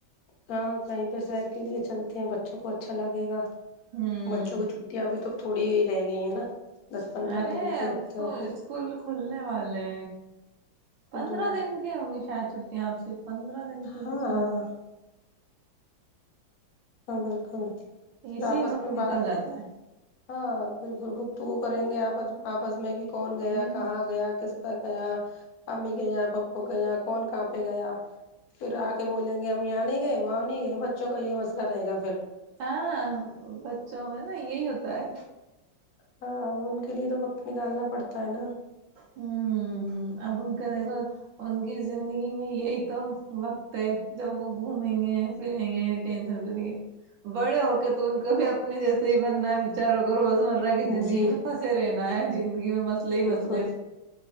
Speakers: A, on the left (about 70°); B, on the right (about 70°).
A: ہاں کہیں پہ سر کے لیے چلتے ہیں بچوں کو اچھا لگے گا
B: ہوں
A: بچوں کی چھٹی ابھی تو تھوڑی ہو رہ گئی ہے نا دس پندرہ
B: ارے
A: دن کی ہفتےوں
B: تو
A: کی
B: اسکول کھلنے والے پندرہ
A: جی
B: دن کے ہوں گے شاید سپ پندرہ دن کی
A: ہاں
B: بچی
A: ہاں
B: ہوئی
A: ہاں بالکل
B: اسی
A: پھر آپس
B: وقت
A: میں
B: نکل
A: بات
B: جاتا ہے
A: ہاں بالکل گپت وہ کریں گے آپ آپس میں کہ کون
B: ہے
A: گیا کہاں گیا کس کا گ امی کےا پپو کےا کون کہاں پہ گیا پھر آ کے بولیں گے ہم یہاں نہیں گئے وہاں نہیں گئے بچوں کا یہ مسئلہ رہے گا پھر
B: ہاں بچوں میں نا یہی ہوتا ہے
A: ہاں ان کے لیے تو وقت نکالنا پڑتا ہے نا
B: ہ اب ان کا دیکھو ان کی زندگی میں یہی تو وقت ہے جب وہ گھومیں گے پھریں گے ٹینشن پ نہیں بڑے ہو کے تو ان کو بھی اپنے جیسے ہی بننا ہے بچاروں روز مرہ کی زندگی
A: جی
B: میں پنسے رہنا ہے زندگی میں مسلے ہی مسئ
A: ب کوئی